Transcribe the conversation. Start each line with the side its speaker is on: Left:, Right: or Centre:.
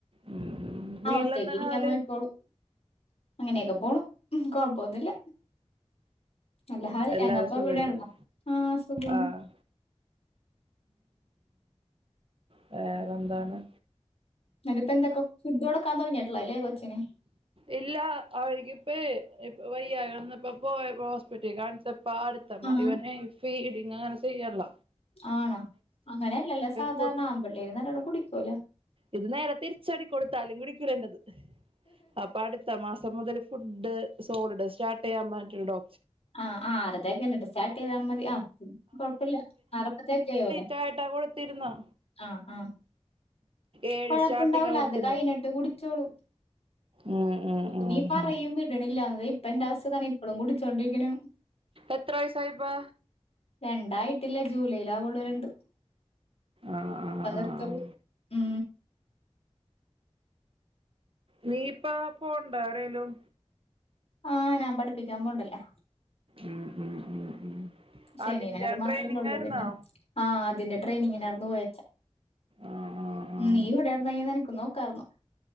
Right: ഉം
Left: ആഹ്
Right: വീട്ടിലെന്താണ്
Left: ഒറ്റയ്ക്ക് ഇരിക്കാൻ
Right: ഹാല്
Left: നോക്കിക്കോളും. അങ്ങനെയൊക്കെ പോണൂ. കൊഴപ്പൊന്നൂല്ല. നല്ല ഹാല്.
Right: എല്ലാരും
Left: ഞങ്ങ ഇപ്പ
Right: സുഖായിരിക്കുന്നു
Left: ഇവിടാണല്ലാ. ആഹ് സുഖാണ്.
Right: ആഹ് വേറെ എന്താണ്?
Left: എന്നട്ടിപ്പെ എന്തൊക്കെ ഫുഡ് കൊടുക്കാൻ തുടങ്ങിയിട്ടില്ലാലേ കൊച്ചിന്.
Right: ഇല്ല. അവര്ക്കിപ്പെ ഇപ്പ വയ്യായ്ക വന്നപ്പെ പോയ് ഹോസ്പിറ്റലിൽ കാണിച്ചപ്പ അടു തമ്മ.
Left: ആഹ്
Right: ഇവന് ഫീഡിങ്ങ് അങ്ങനെ ചെയ്യൺള്ള.
Left: ആണോ അങ്ങനെയല്ലല്ല സാധാരണ.
Right: ഫുഡ്
Left: ആൺപിള്ളേര് നല്ലോണ്ണം കുടിക്കൂല.
Right: ഇത് നേരെ തിരിച്ചടിക്കോളൂ കൊടുത്താലും കുടിക്കൂല എന്റെത്. അപ്പൊ അടു പത്ത മാസം മുതൽ ഫുഡ് സോളിഡ് സ്റ്റാർട്ട് ചെയ്യാൻ പറഞ്ഞിട്ടുണ്ട് ഡോ
Left: ആഹ് ആറതേ എന്നട്ട് സ്റ്റാർട്ട് ചെയ്താൽ മതി. ആഹ് കൊഴപ്പില്ല. ആറപ്പത്തേ <unintelligible> ചെയ്യൂല.
Right: ചായിട്ടാ കൊടുത്തിരുന്നെ.
Left: ആഹ് ആഹ്
Right: ഏഴ്
Left: കൊഴപ്പൊണ്ടാവൂല.
Right: സ്റ്റാർട്ടിങ്ങാ കൊടുത്തിരുന്ന
Left: അത് കഴിഞ്ഞിട്ട് കുടിച്ചോളും.
Right: ഉം ഉം ഉം
Left: നീ പറയും
Right: ഉം
Left: വീ വിടണില്ലാന്ന്. ഇപ്പ എന്റെ അവസ്ഥ ഇതാണ്. ഇപ്പോളും കൂടിച്ചോണ്ടിരിക്കണാണ്.
Right: എത്ര വയസ്സായി ഇപ്പേ?
Left: രണ്ടായിട്ടില്ല ജൂലൈ ആവുള്ളൂ രണ്ട്.
Right: ആഹ്. ആഹ്
Left: ഇപ്പ നിർത്തൊള്ളൂ.
Right: ആഹ്
Left: ഉം
Right: നീ ഇപ്പ പോണുണ്ടാ എവിടേലും.
Left: ആഹ് ഞാൻ പഠിപ്പിക്കാൻ പോണണ്ടല്ലോ
Right: ഉം ഉം ഉം ഉം
Left: ശനിയും
Right: അതിന്റെ
Left: ഞായറും മാത്രമല്ലേ
Right: ട്രെയിനിങ്
Left: ഉള്ളൂ
Right: ആയിരുന്നോ
Left: പിന്നെ. ആഹ് അതിന്റെ ട്രെയിനിങ്ങിനാർന്നു പോയേച്ചെ.
Right: ആഹ് ആഹ്
Left: ഉം
Right: ആഹ്
Left: നീ ഇവിടെ ആയിരുന്നെങ്കി നിനക്കും നോക്കാർന്നു.